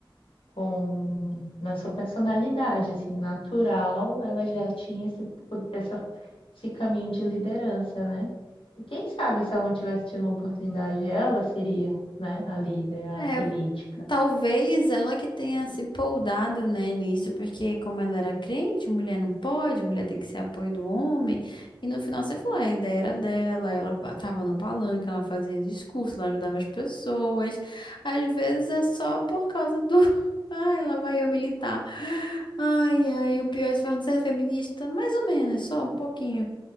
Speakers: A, on the left; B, on the left.
A: com na sua personalidade, assim, natural, ela já tinha esse, po- essa, esse caminho de liderança, né? E quem sabe se ela não tivesse tido uma oportunidade, ela seria, né, a líder, a
B: É,
A: política.
B: talvez ela que tenha se poldado, né, nisso, porque como ela era crente, mulher não pode, mulher tem que ser apoio do homem. E no final você falou, "Ah, a ideia era dela, ela pa- tava no palanque, ela fazia discurso, ela ajudava as pessoas. Às vezes é só por causa do. <laughs> Ai, lá vai eu militar. Ai, ai, o pior é se perguntar, você é feminista? Mais ou menos, só um pouquinho.